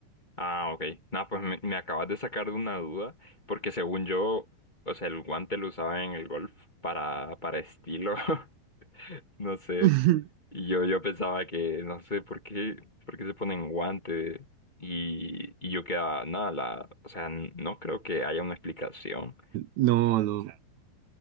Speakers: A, on the left; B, on the right.
A: ah, ok. Nah, pues me, me acabas de sacar de una duda, porque según yo, o sea, el guante lo usaba en el golf para, para estilo, <laughs> no sé.
B: <laughs>
A: Y yo, yo pensaba que, no sé, ¿por qué, por qué se ponen guante? Y, y yo quedaba, nada, la, o sea, n- no creo que haya una explicación.
B: No, no.